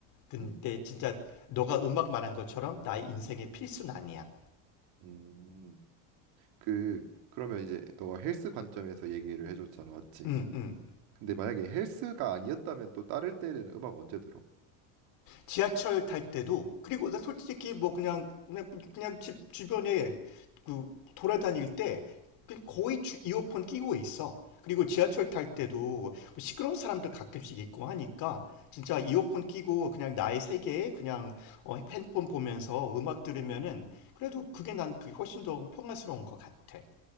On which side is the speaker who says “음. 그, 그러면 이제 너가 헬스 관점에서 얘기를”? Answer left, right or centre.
Right